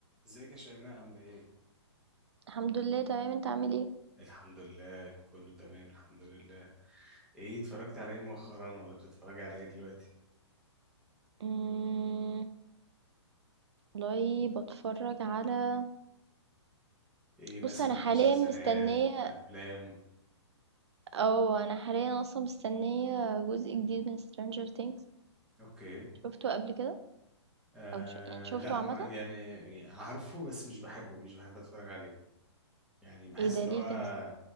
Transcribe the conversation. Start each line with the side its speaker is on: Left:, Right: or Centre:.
Centre: ازيك يا شيماء عاملة ايه؟
Right: الحمد لله تمام انت عامل ايه
Centre: الحمد لله كله تمام الحمد لله ايه اتفرجت على ايه مؤخرا ولا بتتفرجي على ايه دلوقتي؟
Right: مم، والله بتفرج على
Centre: ايه مثلا
Right: بص انا حاليا
Centre: مسلسلات
Right: مستنيه
Centre: افلام
Right: او انا حاليا اصلا مستنيه جزء جديد من Stranger Things
Centre: اوكي
Right: شفته قبل كده
Centre: آه
Right: او ش... يعني شفته
Centre: لا
Right: عامه
Centre: ما يعني عارفه بس مش بحبه مش بحب اتفرج عليه يعني بحس
Right: ايه ده
Centre: ان
Right: ليه
Centre: هو
Right: كده